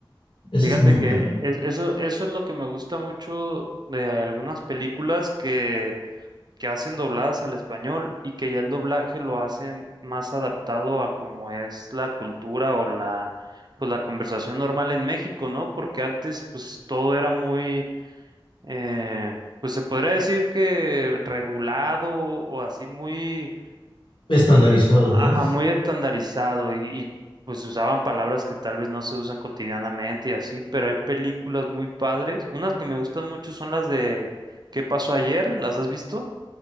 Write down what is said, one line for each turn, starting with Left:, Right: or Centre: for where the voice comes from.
Left: esa
Right: Fíjate
Left: es muy buena.
Right: que es- eso, eso es lo que me gusta mucho de algunas películas que, que hacen dobladas al español y que ya el doblaje lo hacen más adaptado a cómo es la cultura o la, pues la conversación normal en México, ¿no? Porque antes pues todo era muy, eh, pues se podría decir que regulado o así muy
Left: Estandarizado,
Right: Ajá,
Left: ¿no?
Right: muy estandarizado y, y, pues usaban palabras que tal vez no se usan cotidianamente y así, pero hay películas muy padres. Unas que me gustan mucho son las de ¿Qué pasó ayer? ¿Las has visto?